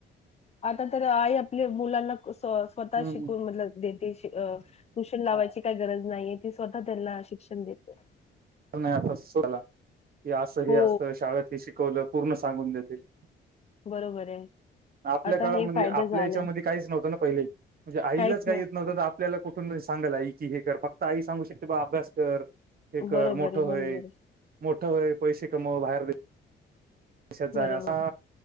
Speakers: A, on the left; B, on the right.
A: आता तर आई आपल्या मुलांना क सोस स्वतः
B: हम्म
A: शिकून म्हटलं देते शे अ ट्युशन लावायची
B: हा
A: ता गरज नाहीये ती स्वतः त्यांला शिक्षण देते.
B: अजून नाहीये तसाला की असं हे
A: हो,
B: असं शाळेत ते शिकवलं पूर्ण सांगून देेते.
A: बरोबर आहे.
B: आपल्या
A: आता
B: काळात
A: हे
B: म्हणजे
A: फायदा
B: आपल्या
A: झालाय.
B: याच्यामध्ये काहीच नव्हतं ना पहिले म्हणजे आईलाच
A: काहीच
B: काही
A: नसतं.
B: येत नव्हतं तर आ पल्याला कुठून सांगाल आई की हे कर फक् ताई सांगू शकते बाळा अभ्यास कर हे कर
A: बरोबर
B: मोठं
A: आहे, बरोबर
B: होय.
A: आहे.
B: मोठं होय पैशे कमाव बाहेर दे शात जाया
A: बरोबर,
B: असा